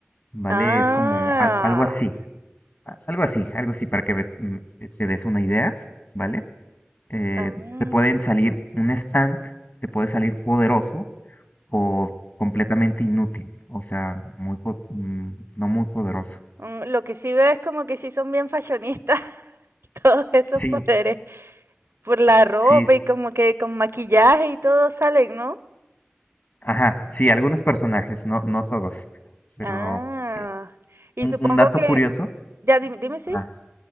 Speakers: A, on the left (about 50°); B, on the right (about 80°).
A: ¿vale?
B: Ah,
A: Es como al- algo así, a- algo así, algo así, para que me- mm, te te des una idea, ¿vale? Eh,
B: ah.
A: te pueden salir un stand, te puede salir poderoso o completamente inútil, o sea, muy po- mm, no muy poderoso.
B: Mm, lo que sí veo es como que sí son bien fashionistas <laughs> todos esos
A: Sí,
B: poderes, por la ropa
A: sí,
B: y como que con maquillaje y todo salen, ¿no?
A: ajá, sí, algunos personajes, no, no todos, pero
B: Ah, y
A: un,
B: supongo
A: un dato
B: que,
A: curioso.
B: ya dime, dime sí,
A: ah,